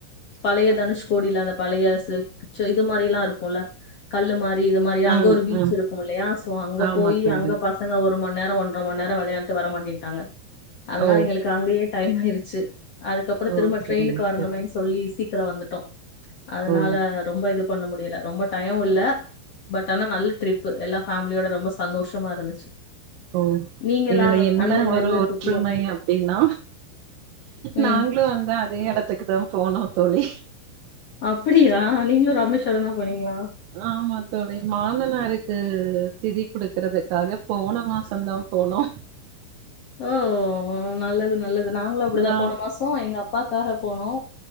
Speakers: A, on the left; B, on the right.
A: பழைய தனுஷ்கோடியில அந்த பழைய இது மாரி எல்லாம் இருக்குல்ல கல்லு மாரி இது மாரி அங்க
B: ம்
A: ஒரு பீச்
B: ம்
A: இருக்கும் இல்லையா சோ அங்க
B: ஆமா
A: போய்
B: தோழி
A: அங்க பசங்க ஒரு ஒரு மணி நேரம் ஒன்ற மணி நேரம் விளையாண்டுட்டு வர மாட்டேன்டாங்க அதனால
B: ஓ
A: எங்களுக்கு அங்கயே டைம் ஆயிரூச்சு அதுக்கப்புறம்
B: ஓ
A: திரும்ப
B: சரிங்க
A: ட்ரெயினுக்கு வரணுமேனு
B: தோழி
A: சொல்லி சி இல்ல வந்துட்டோம் அதனால
B: ஓ
A: ரொம்ப இது பண்ண முடியல ரொம்ப டையோம் இல்ல பட் ஆனா நல்ல ட்ரிப் எல்லா ஃபேமிலியோட ரொம்ப சந்தோஷமா இருந்துச்சு
B: ஓ
A: நீங்க எல்லா
B: இதுல என்ன
A: அண்மையில
B: ஒரு
A: எந்த
B: ஒற்றுமை
A: சுற்றுலா
B: அப்படின் நா
A: ம்
B: நாங்களும் வந்து அதே எடத்துக்கு தான் போனோம் தோழி
A: அப்படியா நீங்களும் ராமேஸ்வரம் தான் போனீங்களா
B: ஆமா தோழி மாமனாருக்கு திதி குடுக்கறதுக்காக போன மாசம்தான் போனோம்
A: ஓ நல்லது நல்லது நாங்களும் அப்படிதான்
B: நா
A: போன மாசம் எங்க அப்ப பாக்காக போனோம்